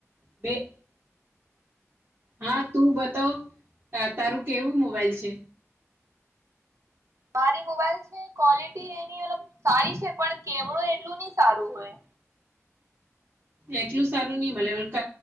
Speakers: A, on the right (about 45°); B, on the right (about 65°).
A: બે. હા તું બતાવ તારું કેવું મોબાઈલ છે
B: મારી મોબાઈલ છે ક્વોલિટી એની મલબ સારી છે પણ કેમેરો એટલું ની સારું હોય.
A: એટલું સારું ની મલે ક